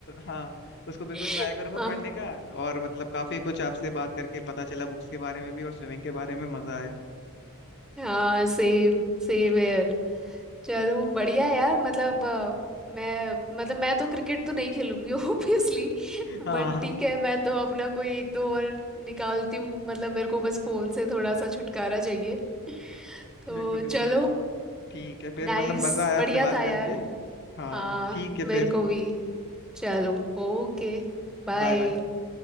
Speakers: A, on the left (about 50°); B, in the centre.
A: हाँ उसको बिल्कुल
B: <laughs>
A: ट्राई करूंगा पढ़ने का और मतलब काफी कुछ आपसे बात करके पता चला बुक्स के बारे में भी और स्विमिंग के बारे में मजा आया
B: हाँ सेम सेम यार चलो बढ़िया यार मतलब अ, मैं मतलब मैं तो क्रिकेट तो नहीं खेलूंगी <laughs> ऑब्वियसली
A: <laughs> हाँ
B: बट
A: हाँ,
B: ठीक है मैं तो अपना कोई एक दो और निकालती हूँ मतलब मेरे को बस फोन से थोड़ा सा छुटकारा चाहिए तो
A: बिल्कुल बिल्कुल
B: चलो
A: ठीक है फिर
B: नाइस
A: मतलब मजा आया
B: बढ़िया
A: आपसे बात
B: था
A: करके
B: यार
A: हाँ
B: हाँ
A: ठीक है
B: मेरे
A: फिर
B: को भी चलो ओके बाय
A: Bye bye